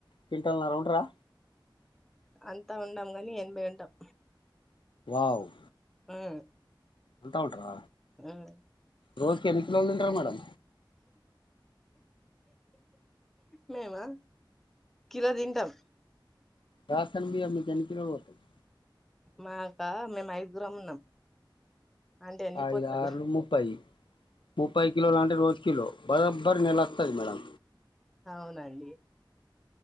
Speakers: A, on the left; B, in the centre.
A: క్వింటల్ న్నర ఉంటారా
B: అంతా ఉండం కాని ఎనభై ఉంటాం
A: వావ్
B: హుమ్
A: అంతా ఉంటరా
B: హుమ్
A: రోజుకి ఎన్ని కిలోలు తింటర్ మేడం
B: మేమా కిలో తింటాం
A: రేషన్ బియ్యం మీకెన్ని కిలోలు వస్తుంది
B: మాకా మేము ఐదుగురం ఉన్నాం అంటే ఎన్ని
A: ఐదు
B: పోత్తలు
A: ఐదు ఆరుల ముప్పై ముప్పై కిలోలు అంటే రోజు కిలో బరాబర్ నెలొస్తది మేడం
B: అవునండి